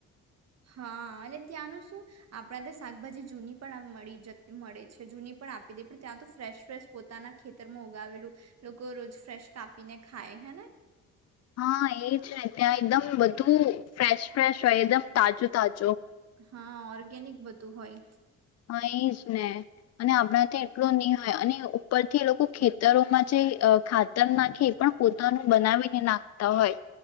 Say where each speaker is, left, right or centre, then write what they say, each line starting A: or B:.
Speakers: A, on the right; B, on the left.
A: હા અને ત્યાંનું શું આપણા તો શાકભાજી જૂની પણ મળી જતી મળે છે જૂની પણ આપી દે પણ ત્યાં તો ફ્રેશ ફ્રેશ પોતાના ખેતરમાં ઉગાવેલું લોકો રોજ ફ્રેશ કાપીને ખાય હે ને
B: હા એ જ ને ત્યાં એકદમ બધું ફ્રેશ ફ્રેશ હોય એકદમ તાજું તાજુ
A: હા ઓર્ગેનિક બધું હોય
B: હા એ જ ને અને આપણા ત્યાં એટલું નહ હોય અને ઉપરથી એ લોકો ખેતરોમાં જે ખાતર નાખે એ પણ પોતાનું બનાવીને નાખતા હોય